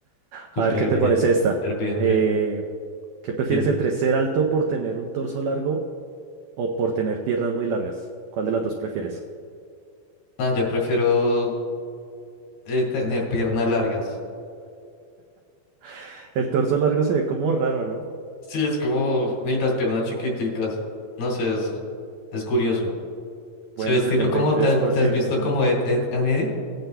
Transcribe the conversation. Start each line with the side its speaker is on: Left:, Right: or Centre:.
Left: Súper
Right: A ver qué te
Left: bien,
Right: parece esta.
Left: súper bien,
Right: Eh,
Left: Brian.
Right: ¿qué prefieres
Left: Dime.
Right: entre ser alto por tener un torso largo o por tener piernas muy largas? ¿Cuál de las dos prefieres?
Left: No, yo prefiero eh, tener piernas largas.
Right: <laughs> El torso largo se ve como raro, ¿no?
Left: Sí, es como. Y las piernas chiquiticas. No sé, es, es curioso. Se
Right: Bueno,
Left: ve estilo
Right: setenta
Left: como.
Right: y tres
Left: ¿Te has,
Right: por
Left: te
Right: ciento
Left: has visto
Right: bien.
Left: como Ed, Ed and Eddie?